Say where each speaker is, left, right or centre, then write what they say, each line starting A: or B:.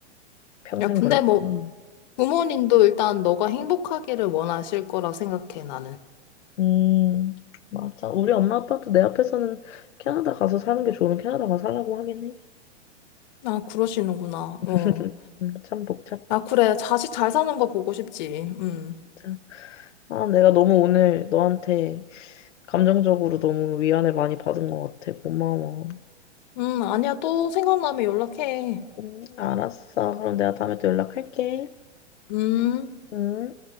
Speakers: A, on the left; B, on the left.
A: 평생
B: 야, 근데
A: 그럴
B: 뭐,
A: 거야.
B: 부모님도 일단 너가 행복하기를 원하실 거라 생각해, 나는.
A: 음, 맞아. 우리 엄마 아빠도 내 앞에서는 캐나다 가서 사는 게 좋으면 캐나다 가서 살라고 하긴 해.
B: 아, 그러시는구나,
A: <laughs>
B: 어.
A: 음, 참 복잡해.
B: 아, 그래, 자식 잘 사는 거 보고 싶지, 음.
A: 자, 아, 내가 너무 오늘 너한테 감정적으로 너무 위안을 많이 받은 것 같아. 고마워.
B: 음, 아니야, 또 생각나면 연락해.
A: 음, 알았어. 그럼 내가 다음에 또 연락할게.
B: 음.
A: 응.